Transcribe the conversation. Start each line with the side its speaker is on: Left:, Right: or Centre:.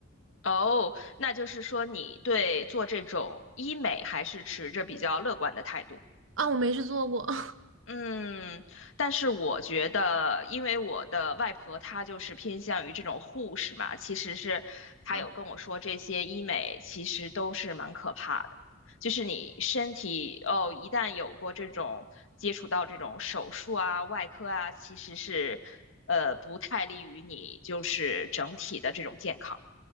Left: 哦，那就是说你对做这种医美还是持着比较乐观的态度。
Right: 啊，我没去做过 <laughs>
Left: 嗯，但是我觉得，因为我的外婆她就是偏向于这种护士嘛，其实是她有跟我说，
Right: 啊
Left: 这些医美其实都是蛮可怕的，就是你身体哦，一旦有过这种接触到这种手术啊、外科啊，其实是呃不太利于你就是整体的这种健康。